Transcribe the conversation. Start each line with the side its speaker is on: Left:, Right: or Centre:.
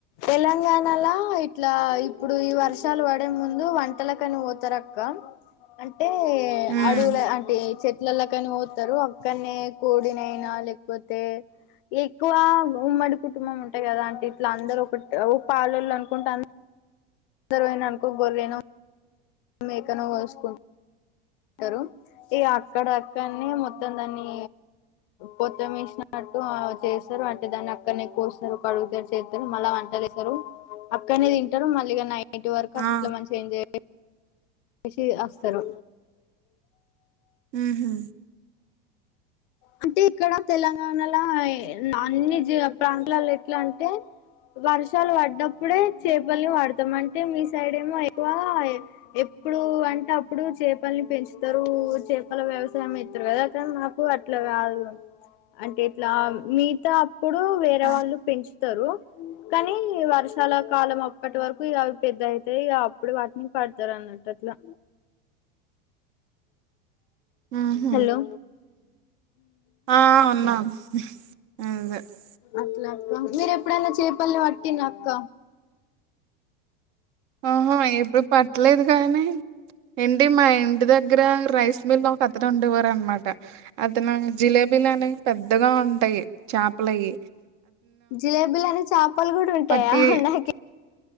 Left: తెలంగాణలా ఇట్లా. ఇప్పుడు ఈ వర్షాలు పడే ముందు వంటలకని పోతారు ఆక్క అంటే టె
Right: ఉమ్
Left: అడవుల అంటే చెట్ ఇట్లలా కాని పోతారు అక్కనే కోడినైనా లేకపోతే ఎక్కువ ఉమ్మడి కుటుంబం ఉంటాయి కదా అంటే ఇట్లా అందరుూ ఒక పాలు అనుకుంటే దరూ పోయిరు అనుకో గోరినో మేకన కోసుకో తరు ఈ అక్కడ అక్కనే మొత్తం దాన్ని పొత్తమేసిన న్నట్టు చేస్తారు అంటే దాన్ని అక్కడనే కోస్తారు కడుగుతారు చేస్తారు మళ్ళా వంటలేస్తారు అక్కనే తినటారు మళ్ళీగా నైట్ వరకు అట్లా
Right: ఆ
Left: మంచిగా ఎంజాయ్ చేసి వస్తారు
Right: ఊహూ
Left: అంటే ఇక్కడ తెలంగాణలో అన్ని జ ప్రాంతల్లో ఎట్లా అంటే వర్షాలు పడ్నప్పుడే చేపల్ని వాడతాం అంటే మీ సైడ్ ఏమో ఎక్కువ ఎప్పుడు అంటే అప్పుడు చేపలని పెంచుతారు చేపల వ్యవసాయం ఏతారు కదా కానీ మాకు ఇట్లా కాదు అంటే ఇట్లా మీతా అప్పుడు వేరే
Right: ఉహు
Left: వాళ్ళు పెంచుతారు కానీ వర్షాల కాలం అప్పటి వరకు ఇవి పెద్ద అయితే అప్పుడు వాటిని పడతారు అన్నట్టు అట్లా
Right: ఉహ్మ్మ్
Left: హలో
Right: ఆ అమ్మ <unintelligible>
Left: అట్లా అక్క మీరు ఎప్పుడైనా చేపల్ని పట్టిన అక్క
Right: ఆహా ఎప్పుడు పట్టలేదు కానీ ఏంటి మా ఇంటి దగ్గర రైస్ మిల్ లో ఒక అతను ఉండేవారు అనమాట అతను జిలేబీలు అనేవి పెద్దగా ఉంటాయి చేపలవి
Left: జిలేబీ అనే చేపలు కూడా ఉంటాయా
Right: పట్టి
Left: నాక